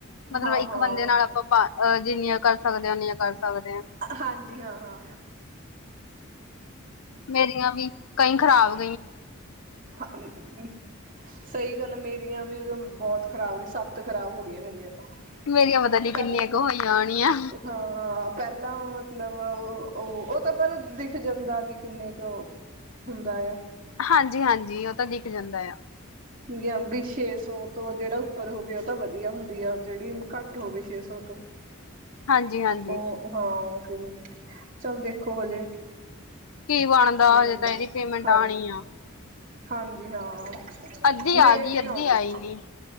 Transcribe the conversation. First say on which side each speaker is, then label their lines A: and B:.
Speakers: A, on the left; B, on the right.
A: ਮਤਲਬ
B: ਹਾਂ
A: ਇੱਕ
B: ਹਾਂ
A: ਬੰਦੇ ਨਾਲ ਆਪਾਂ ਅਹ ਜਿੰਨੀਆਂ ਕਰ ਸਕਦੇ ਆ ਉਓਨੀਆਂ ਕਰ ਸਕਦੇ ਆ।
B: ਹਾਂਜੀ ਹਾਂ ਹਾਂ
A: ਮੇਰੀਆਂ ਵੀ ਕਈ ਖਰਾਬ
B: ਹ <unintelligible> ਸਈ ਗੱਲ ਮੇਰੀਆਂ ਵੀ ਬਹੁਤ ਖਰਾਬ ਹੋਈ ਸੱਤ ਖਰਾਬ ਹੋ ਗਈਆਂ ਮੇਰੀਆਂ। ਤਾਂ
A: ਮੇਰੀਆਂ ਪਤਾ ਨੀ
B: ਪਹਿਲ
A: ਕਿੰਨੀਆਂ ਕੁ ਹੋਈ ਜਾਣੀਆਂ।
B: ਹਾਂ ਪਹਿਲਾਂ ਮਤਲਬ ਉਹ ਉਹ ਤਾਂ ਪਰ ਦਿਖ ਜਾਂਦਾ ਵੀ ਕਿੰਨੇ ਕੁ ਹੁੰਦਾ ਆ।
A: ਹਾਂਜੀ ਹਾਂਜੀ ਉਹ ਤਾਂ ਦਿਖ ਜਾਂਦਾ ਆ।
B: ਜਾਂ ਵੀ ਛੇ ਸੌ ਤੋਂ ਜਿਹੜਾ ਉੱਪਰ ਹੋਵੇ ਉਹ ਤਾਂ ਵਧੀਆ ਹੁੰਦੀ ਆ ਜਿਹੜੀ ਘੱਟ ਹੋਵੇ ਛੇ ਸੌ ਤੋਂ
A: ਹਾਂਜੀ-ਹਾਂਜੀ।
B: ਉਹ ਹਾਂ। ਚੱਲ ਦੇਖੋ ਹਜੇ,
A: ਕੀ ਬਣਦਾ
B: ਕੀ
A: ਹਜੇ
B: ਹੁੰਦਾ
A: ਤਾਂ ਇਹਦੀ ਪੇਮੈਂਟ
B: ਹਾਂਜੀ
A: ਆਣੀ ਐ,
B: ਹਾਂਜੀ ਹਾਂ
A: ਅੱਧੀ
B: ਲੇਟ
A: ਆ ਗਈ
B: ਹੀ
A: ਅੱਧੀ
B: ਆਉਂਦੀ।
A: ਆਈ ਨੀ।